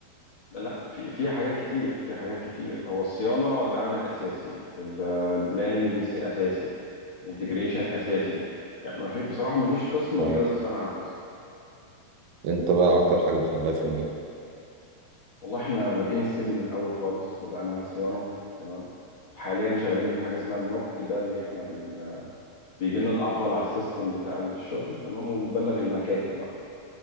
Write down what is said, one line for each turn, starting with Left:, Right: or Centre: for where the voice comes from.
Left: لا لا، في فيها حاجات كتير في حاجات كتير هو الصيانه ده عامل اساسي ال- البلاننج س- اساسي الانتجريشن اساسي يعني ما في بصراحه ما فيش قسم
Right: كويس
Left: بيقدر يستغنى عن قسم
Right: انت بقى اكتر حاجة بتحبها في يومين
Left: والله احنا بادئين السلم من اول خالص بدأناها صيانه تمام حاليا شغالين في حاجه اسمها النوك ده اللي احنا بن بيجي لنا الاعطال على السيستم بتاع الشغل تمام وبنبلغ المكاتب بقى